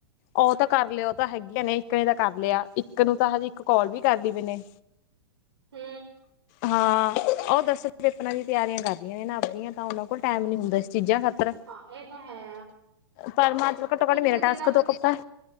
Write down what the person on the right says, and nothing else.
ਹੂ
ਹਾਂ ਇਹ ਤਾਂ ਹੈ।
ਇੱਕ
ਦਿਨ